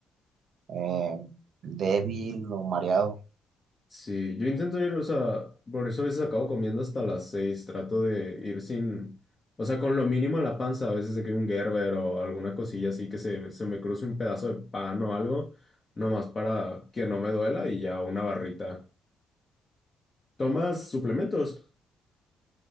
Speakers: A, on the right (about 65°); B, on the left (about 30°).
A: eh, débil o mareado.
B: Sí, yo intento ir, o sea, por eso a veces acabo comiendo hasta las seis, trato de ir sin, o sea, con lo mínimo a la panza, a veces de que un Gerber o alguna cosilla así que se, se me cruce un pedazo de pan o algo, nomás para que no me duela y ya una barrita. ¿Tomas suplementos?